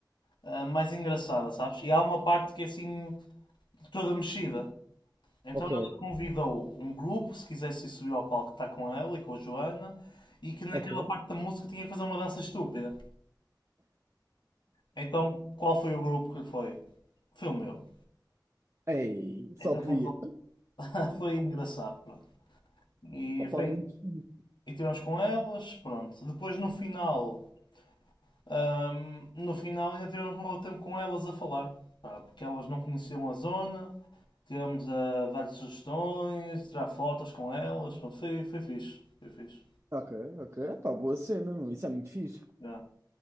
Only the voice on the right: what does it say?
ok,
ok.
Ei, só
podia.
Opa,
muito fixe.
Ok, ok. Pá, boa cena, meu. Isso é muito fixe.